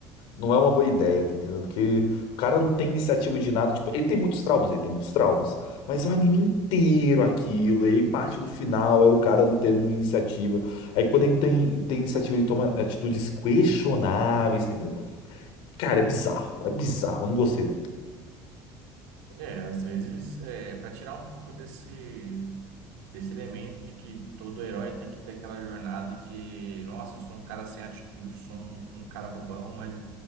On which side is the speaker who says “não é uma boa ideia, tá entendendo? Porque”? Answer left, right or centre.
Left